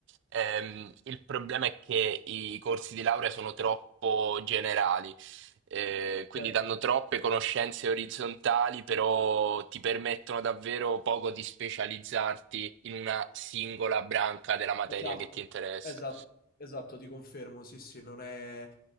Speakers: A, on the right; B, on the left.
A: ehm, il problema è che i corsi di laurea sono troppo generali. Eh, quindi
B: certo.
A: danno troppe conoscenze orizzontali, però ti permettono davvero poco di specializzarti in una singola branca della materia
B: Esatto,
A: che ti interessa.
B: esat esatto, ti confermo, sì, sì, non è